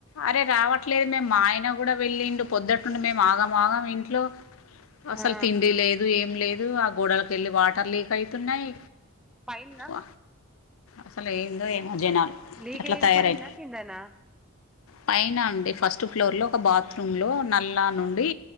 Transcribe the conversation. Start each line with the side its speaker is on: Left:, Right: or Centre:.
Left: అరే రావట్లేదు మేము మా ఆయన గుడా వెళ్ళిండు పొద్దుట్టుండి మేము ఆగాం ఆగం ఇంట్లో అసలు
Centre: ఆ
Left: తిండి లేదు ఏం లేదు ఆ గోడల కెళ్ళి వాటర్ లీక్ అయితున్నయి
Centre: పైన్నా
Left: వ అసలు ఏందో ఏమో జనాలు
Centre: లీగ
Left: అట్లా
Centre: కయ్యేది
Left: తయారయి
Centre: పైనా కిందనా
Left: పైన అండి ఫస్ట్ ఫ్లోర్లో ఒక బాత్రూమ్లో నల్ల నుండి